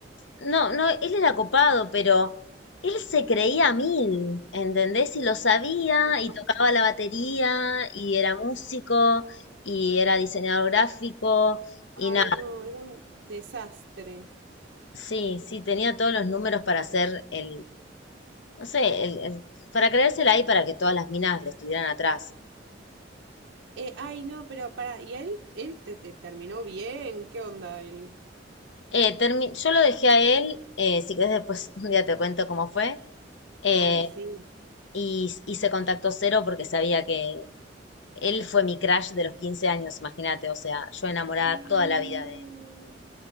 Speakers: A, on the left; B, on the right.
A: no, no, él era copado, pero él se creía a mil, ¿entendés? Y lo sabía,
B: Ay,
A: y tocaba la batería, y era músico, y era diseñador gráfico, y
B: ay,
A: nada,
B: no, era un desastre.
A: sí, sí, tenía todos los números para hacer el, no sé, el, el- para creérsela ahí para que todas las minas le estuvieran atrás.
B: Eh, ay, no, pero para, ¿y a él, él te, te terminó bien? ¿Qué onda él?
A: Eh, termi- yo lo dejé a él, eh, si querés después <laughs> un día te cuento cómo fue. Eh,
B: Ay, sí.
A: Y hice contacto cero porque sabía que él fue mi crush de los 15 años, imagínate, o sea, yo enamorada
B: Ay,
A: toda la vida
B: no,
A: de él.